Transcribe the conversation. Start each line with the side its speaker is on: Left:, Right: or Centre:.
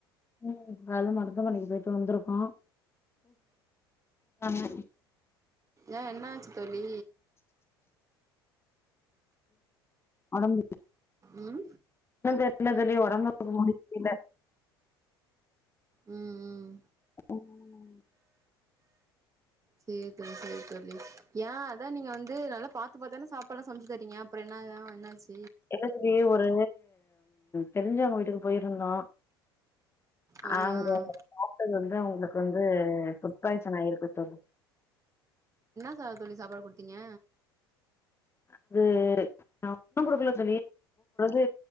Left: உம் அது மருத மலைக்கு போயிட்டு வந்துருக்கோ <unintelligible> ஆமா
Right: ஏன் என்னாச்சு தோழி
Left: உடம்புக்கு
Right: உம்
Left: தெரியல தோழி தொட முய்ச்சி <unintelligible> ல
Right: உம் உம்
Left: உம்
Right: சேரி தோழி சேரி தோழி ஏ அதா நீங்க வந்து நல்லா பாத்து பாத்து தானே சாப்பாடு எல்லா சமச்சு தரீங்க அப்ற என்னதா என்னாச்சு
Left: இல்ல தோழி ஒரு தெரிஞ்சவுங்க வீட்டுக்கு போயிருந்தோ
Right: ஆ
Left: அங்க
Right: ஆ
Left: சாப்டது வந்து அவுங்களுக்கு வந்து புட் பாய்சன் ஆயிருக்கு தோழி
Right: என்ன தோழி சாப்பாடு குடுத்தீங்க
Left: அது நா ஒண்ணு குடுக்கல தோழி பொது